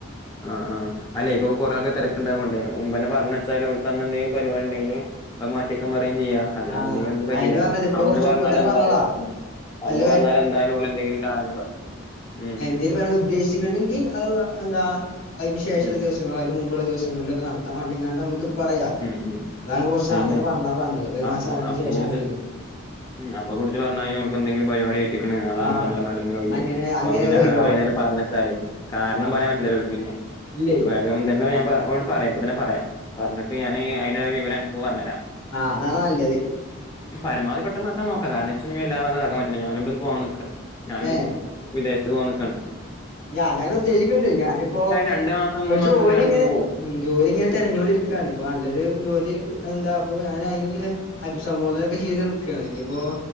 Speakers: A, on the left (about 20°); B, on the left (about 80°).
A: ആ ആ അല്ലെ ഇപ്പൊ കുറെേ ആൾക്കാർക്ക് തിരക്ക് ഉണ്ടാവുകൊണ്ടേ മുൻപന്നെ പറഞ്ഞവച്ചാൽ ഓൽക്കെന്നെന്തെങ്കിലും പരിപാടി ഉണ്ടെങ്കിൽ അത് മാറ്റിവെക്കാൻ പറ ചെയ്യ അല്ലാന്നുണ്ടെങ്കിൽ
B: ആഹ്
A: കയ്യൂല്ലല്ലോ
B: അയിന് പറഞ്ഞത് ഇപ്പൊ
A: അന്ന്
B: കുറച്ച്
A: പറഞ്ഞാൽ
B: ഇപ്പ തന്നെ
A: എന്തായാലും
B: പറഞ്ഞോളാ വല്ല
A: അന്ന് പറഞ്ഞാൽ എന്തായാലും ഓല് എന്തെങ്കിലും കാരണം പറ ഉം
B: എന്തെേലും പറയാൻ ഉദ്ദേശിക്കണ്ടെങ്കിൽ അത് എന്താ അതിനു ശേഷള്ള
A: ഉം
B: ദിവസങ്ങളോ അതിന് മുമ്പുള്ള ദിവസങ്ങളിലൊക്കെ നടത്താൻ വേണ്ടിങ്ങാണ്ട് നമുക്ക് ഇപ്പ പറയാ
A: ഉം ഉം
B: അതാണ് കുറച്ച് നേരത്താന്നെ
A: അയന്നെ
B: പറഞ്ഞാള പറഞ്ഞത് ഒരു
A: അപ്പൊ
B: മാസം
A: അപ്പൊ
B: ശേഷാണെങ്കിലും
A: കുടിച്ച് ഉം അപ്പൊ കുറച്ച് പഞ്ഞ് കഴിഞ്ഞാൽ ഓല്ക്ക് എന്തെങ്കിലും പരിപാടി ഏറ്റിക്കണ് അതാണ്
B: ആഹ്
A: ഇതാണ് പറഞ്ഞാണ്ടിങ്ങനെ ഒഴിഞ്ഞ്
B: അങ്ങനെ
A: പോകും ഇതാവുമ്പോ
B: അങ്ങനെ
A: പിന്നെ
B: അവര് ഒഴിവാവും
A: എന്തെകിലും പറഞ്ഞ കാരണം
B: ആഹ്
A: പറയാൻ പറ്റില്ലല്ലോക്ക് പിന്നെ
B: ഇല്ലേ
A: നമക്ക് വേഗം തന്നെ പറയാം ഇപ്പ തന്നെ പറയാം പറഞ്ഞിട്ട് ഞാന് അതിന്റെ വിവരം ഇങ്ങക്കും പറഞ്ഞു തരാം
B: ആ അതാണ് നല്ലത്
A: പരമാവധി പെട്ടെന്ന് ആക്കാൻ നോക്കാം കാരണംച്ചഞ്ഞാൽ എല്ലാം ഇതാക്കൻ പറ്റില്ല ഞാനും ഇവിടന്ന് പോവാൻ നിക്കേണ് ഞാനും
B: ഏഹ്
A: വിദേശ ത്ത് പോവാൻ നിക്കേണ്
B: ഞാൻ അങ്ങനെ ഉദ്ദേശിക്കണ്ട് ഞാനിപ്പോ
A: രണ്ട് മാസം മൂന്ന്
B: ഒരു
A: മാസം
B: ജോലി
A: കഴിഞ്ഞ് ഞാനും
B: ഇങ്ങനെ
A: ഇവിടുന്ന് പോകും
B: ഉം ജോലി ഇങ്ങനെ തിരഞ്ഞോണ്ടിരിക്കാണ് ഇപ്പൊ നല്ലൊരു ജോലി എന്താ അപ്പൊ ഞാൻ അയിനുള്ള അഭിസംബോധന ഒക്കെ ചെയ്തു നിക്കാണ് ഇനിയിപ്പോ